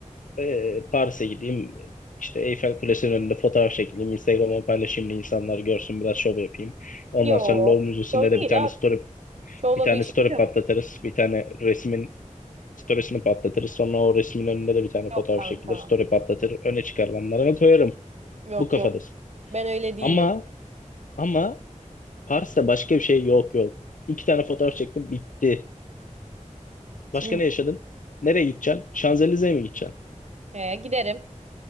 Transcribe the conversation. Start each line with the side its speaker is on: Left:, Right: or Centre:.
Left: e, e, Paris'e gideyim. işte Eyfel Kulesi'nin önünde fotoğraf çekileyim. Instagram'a paylaşayım da insanlar görsün biraz şov yapayım. Ondan
Right: Yo.
Left: sonra Louvre Müzesi'nde
Right: Yo
Left: de
Right: değil
Left: bir tane
Right: abi.
Left: story
Right: Şovla
Left: bir tane
Right: bir işimiz
Left: story
Right: yok.
Left: patlatırız. Bir tane resmin storiesini patlatırız. Sonra o resmin önünde de bir tane
Right: Yok
Left: fotoğraf
Right: kanka.
Left: çekilir. Story patlatır. Öne çıkarılanlara koyarım.
Right: Yok
Left: Bu kafadasın.
Right: yok. Ben öyle değilim.
Left: Ama ama Paris'te başka bir şey yok yok. İki tane fotoğraf çektim bitti.
Right: Şimdi
Left: Başka ne yaşadın? Nereye gideceksin? Şanzelize'ye mi gideceksin?
Right: e, giderim.